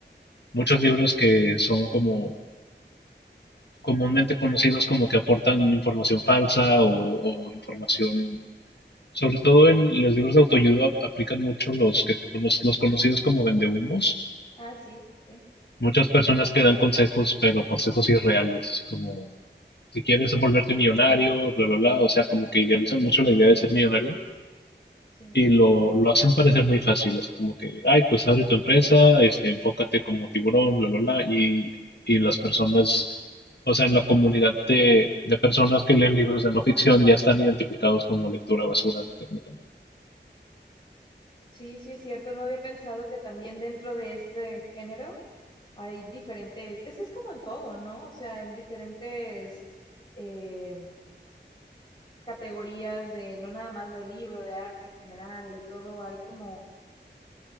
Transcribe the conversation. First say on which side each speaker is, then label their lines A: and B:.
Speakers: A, on the left (about 65°); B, on the left (about 25°).
A: muchos
B: Ya.
A: libros que son como comúnmente conocidos como que aportan información falsa o, o información, sobre todo en los libros de autoayuda aplican mucho los que los, los conocidos como vendehumos
B: Ah, sí, sí,
A: Muchas personas que dan consejos, pero consejos irreales, así como si quieres volverte millonario, bla, bla, bla, o sea, como que idealizan mucho la idea de ser millonario
B: sí.
A: y lo, lo hacen parecer muy fácil, así como que, ay, pues abre tu empresa, este, enfócate como tiburón, bla, bla, bla, y, y las personas, o sea, en la comunidad de, de personas que leen libros de no ficción ya están identificados como lectura basura, técnicamente.
B: Sí, sí es cierto. No había pensado que también dentro de este género hay diferentes. Es que es como en todo, ¿no? O sea, en diferentes eh, categorías de, no nada más de libro, de arte en general, de todo, hay como